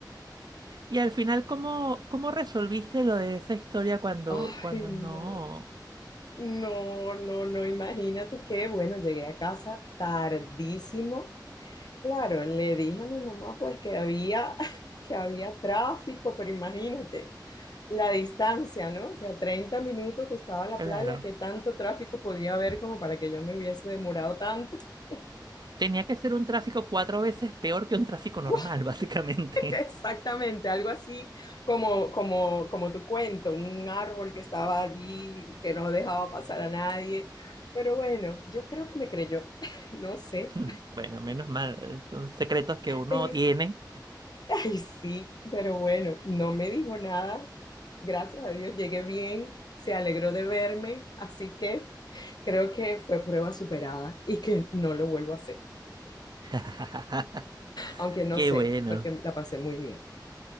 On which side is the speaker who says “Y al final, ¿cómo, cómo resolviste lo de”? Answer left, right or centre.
Right